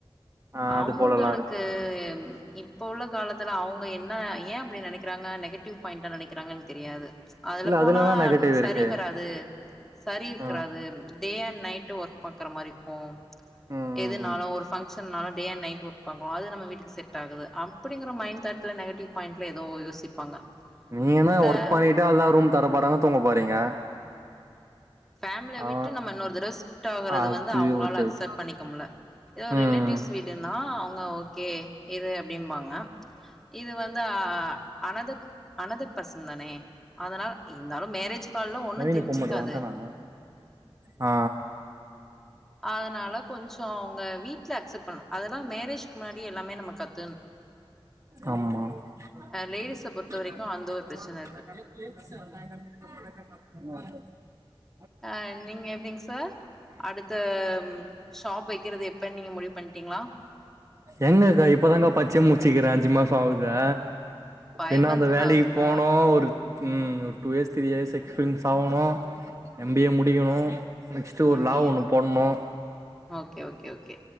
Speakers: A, on the right; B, in the centre.
A: ஆ அது
B: அவுங்களுக்கு
A: போலலா இருக்கு
B: இப்ப உள்ள காலத் துல அவுங்க என்ன ஏ அப்டி நெனக்கிறாங்க நெகட்டிவ் ஃபாயிண்டா நெனக்கிறாங்கன் தெரியாது அதுல
A: இல்ல
B: போனா
A: என்ன நெகட்டிவ்
B: சரி
A: இருக்கு
B: வராது சரி இருக்கறாது
A: ம்
B: டே அண்ட் நைட் ஒர்க் பாக்குற மாரி இருக்கூ
A: ம் ம்
B: எதுனாலு
A: ம்
B: ஒரு ஃபங் சன்னாலு டே அண்ட் நைட் ஒர்க் பாக்கணு அது நம்ம வீட்டுக்கு செட் ஆகுது அப்புடிங்குற மைண்ட் தாட்ல நெகடிவ் பாய்ண்ட்ல எதோ யோசிப்பாங்க
A: நீங்கனா
B: இல்ல
A: ஒர்க் பண்ணிட்டு அல்லா ரூம் தரப்போறாங்க தூங்க போறீங்க
B: ஃபேமிலிய
A: ஆ
B: விட்டு நம்ம இன்னொரு தடவ ஷிஃப்ட் ஆகறது
A: அது
B: வந்து அவுங்களால
A: ஓகே
B: அக்செப்ட்
A: ஓகே
B: பண்ணிக்க முட்ல ஏதோ ஒரு
A: ம்
B: ரிலேட்டிவ்ஸ் வீடுன்னா ன்னா ஓகே இரு அப்டிம்பாங்க இது வந்து அ அனதர் அனதர் பர்சன் தானே அதனால இருந்தாலும் மேரேஜ் ஹால்ல ஒண்ணு
A: நவீனுக்கு
B: தெரிஞ்சுக்காது
A: ஃபோன் பண்றே வன்ட்டானா ஆ
B: அதனால கொஞ்சோ அவுங்க வீட்ல அக்செப்ட் பண்ணணு அதெல்லாம் மேரேஜ்கு முன்னாடி எல்லாமே நம்ம கத்
A: ஆம்மா <unintelligible>
B: லேடிஸ பொறுத்த வரைக்கு அந்த ஒரு பிரச்சன இருக்கு அ நீங்க எப்டிங் சர் அடுத்த ஷாப் வெக்கிறது எப்பன் நீங்க முடிவு பண்ட்டீங்ளா
A: எங்கக்கா இப்பதாங்க பச்சே முச்சுக்கிற அஞ்சு மாச ஆவுதே
B: ஃபைவ்
A: இன்னு
B: மந்த்
A: அந்த வேலக்கி
B: தா ஆகுதுங்களா
A: போனு ஒரு ம் ஒரு two years three years experience ஆவணு எம் பி ஏ முடிக்கணு நெக்ஸ்ட் ஒரு
B: எம்
A: லா
B: பி ஏ
A: ஒண்ணு போட்ணு
B: ஓகே ஓகே ஓகே